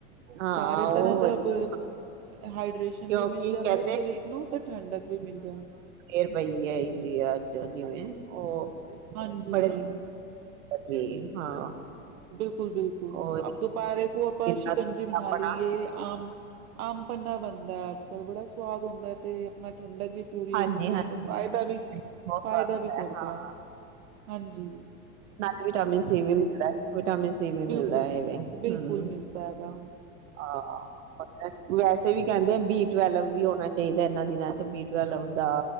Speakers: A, on the right; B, on the right.
A: ਹਾਂ
B: ਸਾਰੇ
A: ਉਹ
B: ਤਰ੍ਹਾਂ ਦਾ
A: ਵਧੀਆ
B: ਵੀ---ਹਾਈ ਰੇਸ਼ਨ
A: ਕਿਉਂਕਿ
B: ਵੀ ਮਿਲ ਜਾਂਦਾ
A: ਕਹਿੰਦੇ
B: ਸਰੀਰ ਨੂੰ, ਤੇ ਠੰਡਕ ਵੀ ਮਿਲ ਜਾਂਦੀ।
A: ਏਅਰ ਪੀਈ ਹੈ ਇੰਡੀਆ 'ਚ ਜਿਵੇਂ ਉਹ- <unintelligible>
B: ਹਾਂਜੀ
A: ਆਪਣੀ- ਹਾਂ।
B: <inaudible> ਬਿਲਕੁਲ ਬਿਲਕੁਲ
A: ਉਹ
B: ਅਬ ਦੁਪਰੇ ਕੋ ਆਪਾਂ
A: ਜਿੱਦਾਂ
B: ਸ਼ਿਕੰਜੀ ਬਣਾ
A: ਆਪਣਾ
B: ਲਈਏ। ਆਮ ਆਮ ਪੰਨਾ ਬਣਦਾ ਅੱਜ ਕੱਲ ਬੜਾ ਸਵਾਦ ਹੁੰਦਾ। ਤੇ ਆਪਣਾ ਠੰਡਕ ਵੀ- ਪੂਰੀ
A: ਹਾਂਜੀ
B: ਹੁੰਦੀ
A: ਹਾਂਜੀ
B: ਹੈ ਤੇ ਫਾਇਦਾ ਵੀ
A: ਬਹੁਤ
B: ਫਾਇਦਾ
A: ਸਵਾਦ ਹੁੰਦਾ
B: ਵੀ
A: ਹੈ
B: ਕਰਦਾ
A: ਹਾਂ
B: ਹਾਂਜੀ
A: ਨਾਲ ਵਿਟਾਮਿਨ ਸੀ ਵੀ ਮਿਲਦਾ ਹੈ ਵਿਟਾਮਿਨ ਸੀ ਵੀ ਮਿਲਦਾ
B: ਬਿਲਕੁਲ
A: ਹੈਵੇ
B: ਬਿਲਕੁਲ
A: ਹਮ
B: ਮਿਲਦਾ ਹੈਗਾ
A: ਹਾਂ ਵੈਸੇ ਵੀ ਕਹਿੰਦੇ ਬੀ ਟਵੈਲਵ ਵੀ ਹੋਣਾ ਚਾਹੀਦਾ ਇਹਨਾਂ ਦਿਨਾਂ ਚ ਬੀ ਟਵੈਲਵ ਦਾ